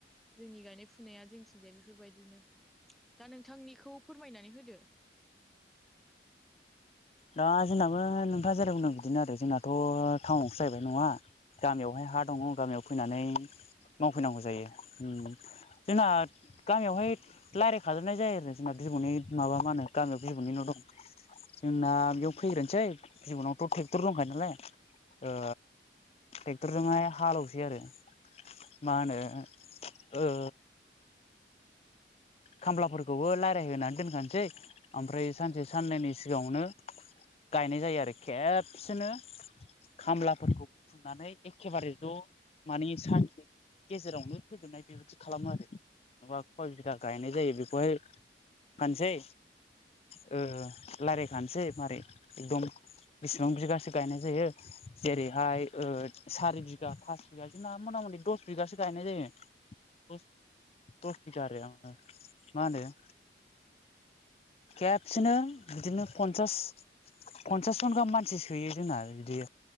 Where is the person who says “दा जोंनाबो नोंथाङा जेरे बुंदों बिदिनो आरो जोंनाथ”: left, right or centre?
Left